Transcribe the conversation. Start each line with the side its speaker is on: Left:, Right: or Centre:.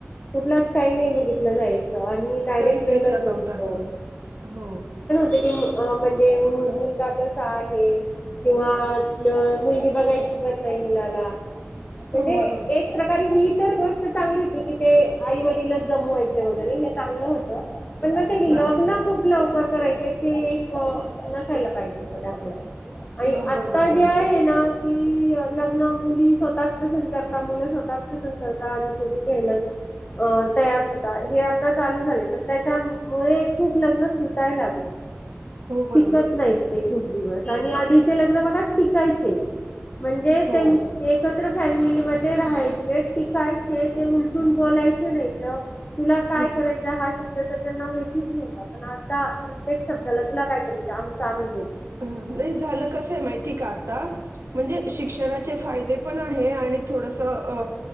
Left: कुठलंच काही नाही बघितलं जायचं, आणि डायरेक्ट
Right: काहीच विचार
Left: लग्नचं
Right: नव्हता हा हो.
Left: की म्हणजे मुलगा कसा आहे? किंवा मुलगी बघायची पण नाही मुलाला म्हणजे
Right: हो बरोबर
Left: एक प्रकारे ही तर गोष्ट चांगली होती कि ते आई वडीलचं जमवायचे वगैरे हे चांगल होत पण नंतर लग्न
Right: हा
Left: खूप लवकर करायचे ते एक नसायला पाहिजे होत, त्यामध्ये आणि
Right: हा
Left: आता
Right: बरोबर
Left: जे
Right: बरोबर
Left: आहे ना की लग्न मुली स्वतःच पसंत करतात, मुल स्वतःच पसंत करतात आणि करून घ्यायला अ तयार होता हे आता चालू झाले, पण त्याच्यामुळे खूप लग्न तुटायला लागले.
Right: हो बरोबर
Left: टिकत नाहीत, ते
Right: बरोबर
Left: खूप दिवस
Right: हो
Left: आणि आधीचे लग्न बघा टिकायचे. म्हणजे
Right: हो
Left: त्यान एकत्र फॅमिलीमधे राहायचे, टिकायचे ते उलटून बोलायचे नाही तर तुला काय
Right: बरोबर
Left: करायचा? हा शब्द तर त्यांना माहितीच नव्हता, पण आता प्रत्येक शब्दाला तुला काय करायचं? आमच आम्ही बघु.
Right: नाही झालं कसंय माहिती का? आता म्हणजे शिक्षणाचे फायदे पण आहे आणि थोडसं अ